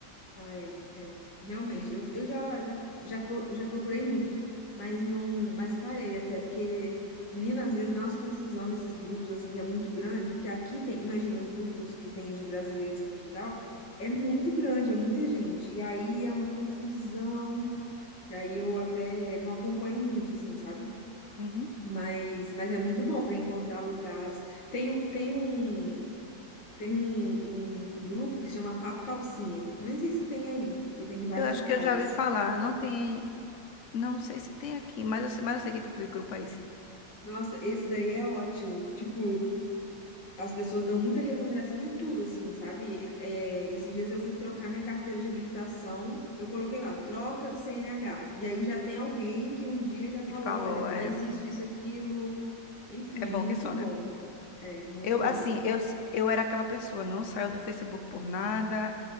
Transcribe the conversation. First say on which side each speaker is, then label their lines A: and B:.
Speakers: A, on the left; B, on the left.
A: Ah, é, é. Realmente,
B: É.
A: eu, eu já, já, já, po- já procurei muito, mas não, mas parei até, porque, menina, às vezes dá umas confusão nesses grupos, assim, que é muito grande, porque aqui tem, imagina, os grupos que tem de brasileiros em Portugal, é muito grande, é muita gente, e aí é uma confusão, e aí eu até não acompanho muito, assim, sabe?
B: Uhum.
A: Mas, mas é muito bom para encontrar lugares. Tem, tem um, tem um, um, um grupo que chama Papo Calcinha. Nem sei se tem aí, porque tem em vários
B: Eu acho
A: lugares.
B: que eu já ouvi falar. Não tem. Não sei se tem aqui, mas eu, sei- mas eu sei que tipo de grupo é esse.
A: Nossa, esse daí é ótimo. Tipo, as pessoas dão muita recomendação de tudo, assim, sabe? É, esses dias eu fui trocar minha carteira de habilitação. Eu coloquei lá, troca do CNH. E aí já tem alguém que um dia já falou:
B: E falou,
A: olha, faz
B: é,
A: isso, isso, aquilo. Enfim,
B: é bom
A: é muito
B: que só,
A: bom.
B: né?
A: É, muito
B: Eu,
A: bom.
B: assim, eu, s- eu era aquela pessoa, não saio do Facebook por nada,